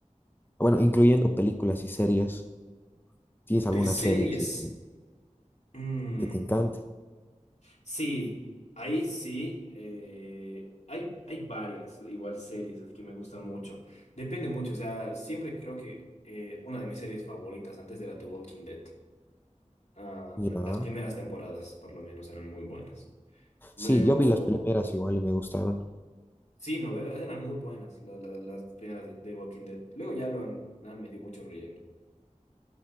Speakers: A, on the left; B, on the left.
A: bueno, incluyendo películas y series, ¿tienes
B: De
A: alguna
B: series.
A: serie así que,
B: mm,
A: que te encante?
B: Sí, ahí sí. eh, hay, hay varias, igual series así que me gustan mucho. Depende mucho, o sea, siempre creo que eh, una de mis series favoritas antes era The Walking Dead. Ah,
A: Ya.
B: las primeras temporadas, por lo menos, eran muy buenas. Luego,
A: Sí, yo vi las primeras igual y me gustaron.
B: sí, no, e-, eran muy buenas la- la- las primeras de, de Walking Dead. Luego ya lo han, han metido mucho relleno.